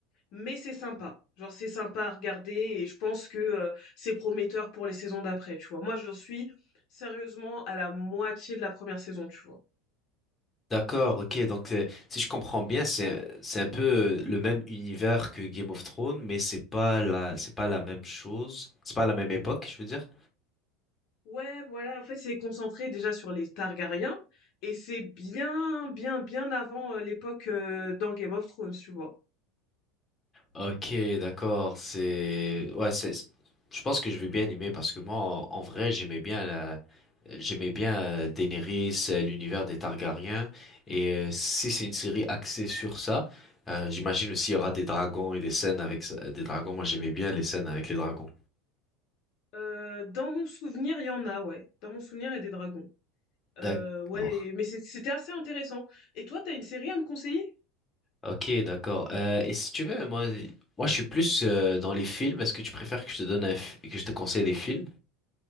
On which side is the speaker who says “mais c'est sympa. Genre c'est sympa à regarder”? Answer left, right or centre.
Left